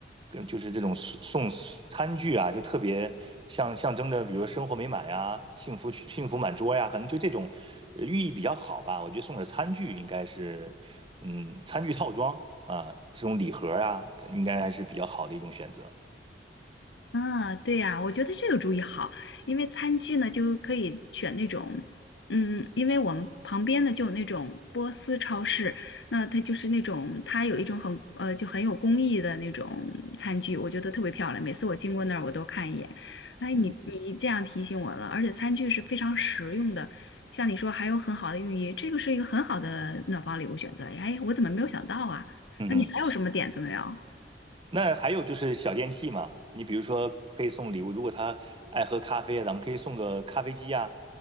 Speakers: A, on the right; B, on the left.
A: 跟就是这种送送餐具啊，就特别像象征着，比如说生活美满呀、幸福幸福满桌呀，反正就这种呃寓意比较好吧。我觉得送点餐具应该是，嗯，餐具套装啊，这种礼盒啊，应该还是比较好的一种选择。
B: 啊，对呀，我觉得这个主意好，因为餐具呢就可以选那种，嗯，因为我们旁边呢就有那种波斯超市，那它就是那种它有一种很呃就很有工艺的那种餐具，我觉得特别漂亮，每次我经过那儿我都看一眼。哎，
A: 嗯
B: 你你这样提醒我了，而且餐具是非常实用的，像你说还有很好的寓意，这个是一个很好的暖房礼物选择。哎，我怎么没有想到啊？
A: 嗯哼。
B: 那你还有什么点子没有？
A: 那还有就是小电器嘛，你比如说可以送礼物，如果他爱喝咖啡啊咱们可以送个咖啡机呀，